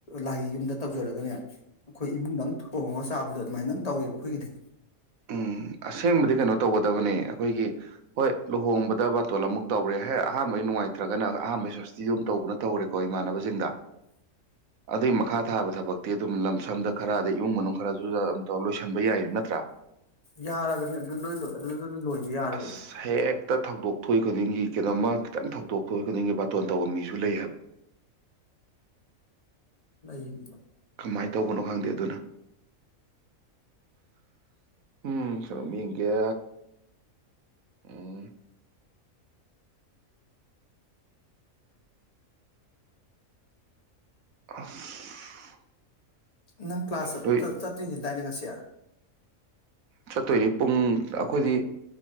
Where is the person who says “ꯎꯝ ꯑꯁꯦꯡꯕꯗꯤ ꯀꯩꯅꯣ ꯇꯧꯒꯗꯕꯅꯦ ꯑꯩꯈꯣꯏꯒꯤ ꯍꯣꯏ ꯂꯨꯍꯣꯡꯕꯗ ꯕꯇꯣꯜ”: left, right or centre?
Right